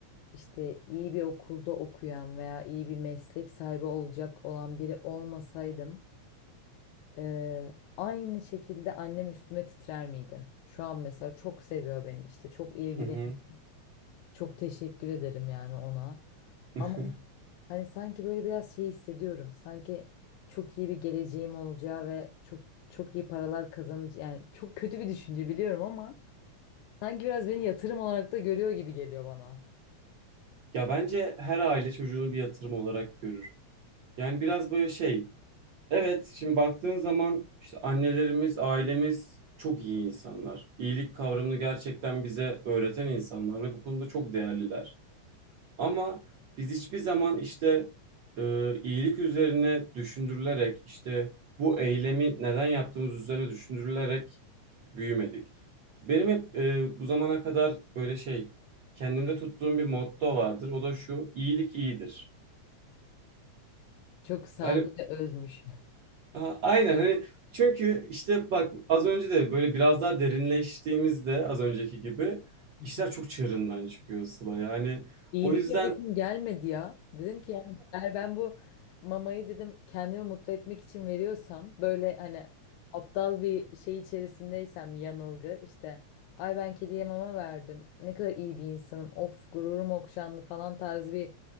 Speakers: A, on the left; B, on the right.
A: işte iyi bir okulda okuyan veya iyi bir meslek sahibi olacak olan biri olmasaydım eee, aynı şekilde annem üstüme titrer miydi? Şu an mesela çok seviyor beni işte çok ilgileniyor.
B: hı hı.
A: Çok teşekkür ederim yani ona.
B: <laughs>
A: Ama hani sanki böyle biraz şey hissediyorum. Sanki çok iyi bir geleceğim olacağı ve çok çok iyi paralar kazanacağım yani çok kötü bir düşünce biliyorum ama sanki biraz beni yatırım olarak da görüyor gibi geliyor bana.
B: Ya bence her aile çocuğunu bir yatırım olarak görür. Yani biraz böyle şey. Evet, şimdi baktığın zaman işte annelerimiz, ailemiz çok iyi insanlar. İyilik kavramını gerçekten bize öğreten insanlar ve bu konuda çok değerliler. Ama biz hiçbir zaman işte e, iyilik üzerine düşündürülerek işte bu eylemi neden yaptığımız üzerine düşündürülerek büyümedik. Benim hep e, bu zamana kadar böyle şey kendimde tuttuğum bir motto vardır. O da şu iyilik iyidir.
A: Çok sade
B: Yani
A: ve özmüş.
B: a- aynen hani çünkü işte bak az önce de böyle biraz daha derinleştiğimizde az önceki gibi
A: <laughs>
B: işler çok çığırından çıkıyor Sıla. Yani
A: İyilik
B: o yüzden
A: yapasım gelmedi ya. Dedim ki yani eğer ben bu mamayı dedim kendimi mutlu etmek için veriyorsam böyle hani aptal bir şey içerisindeysem yanılgı işte ay ben kediye mama verdim ne kadar iyi bir insanım of gururum okşandı falan tarzı bir